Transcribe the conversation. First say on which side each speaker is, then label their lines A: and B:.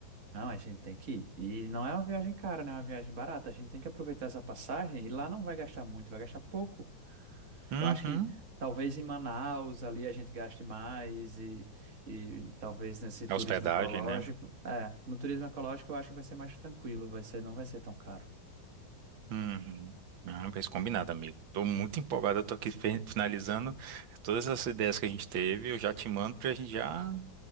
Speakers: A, on the right; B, on the right.
A: Não, a gente tem que ir. E não é uma viagem cara, né? É uma viagem barata. A gente tem que aproveitar essa passagem e lá não vai gastar muito, vai gastar pouco.
B: Uhum.
A: Eu acho que talvez em Manaus ali a gente gaste mais e, e talvez nesse turismo
B: A hospedagem,
A: ecológico.
B: né?
A: É, no turismo ecológico eu acho que vai ser mais tranquilo, vai ser, não vai ser tão caro.
B: Uhum. Não, fez combinado, amigo. Tô muito empolgado, eu tô aqui fe- finalizando todas essas ideias que a gente teve. Eu já te mando pra gente já